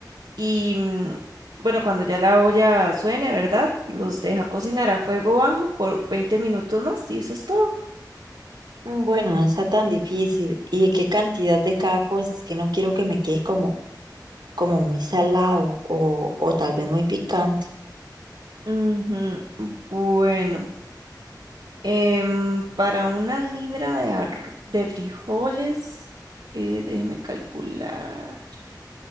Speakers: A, on the right; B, on the right.
A: Y mm, bueno, cuando ya la olla suene, ¿verdad? Los deja cocinar a fuego bajo por 20 minutos más y eso es todo.
B: Mm, Bueno, no está tan difícil. ¿Y de qué cantidad de cada cosa? Es que no quiero que me quede como, como muy salado o, o tal vez muy picante.
A: Ujú, Bueno, em, para una libra de, ar- de frijoles, eh, déjeme calcular.